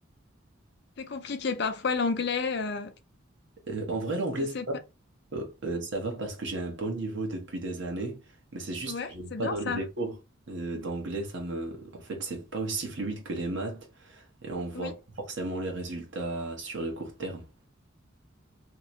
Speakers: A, on the left; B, on the right.
A: C'est compliqué parfois l'anglais. euh,
B: Euh, en vrai l'anglais
A: je sais
B: ça va
A: pas.
B: Euh, euh, ça va parce que j'ai un bon niveau depuis des années mais c'est juste
A: Ouais,
B: que j'aime
A: c'est
B: pas
A: bien
B: donner
A: ça.
B: des cours euh, d'anglais ça me en fait c'est pas aussi fluide que les maths et on voit
A: Oui.
B: pas forcément les résultats sur le court terme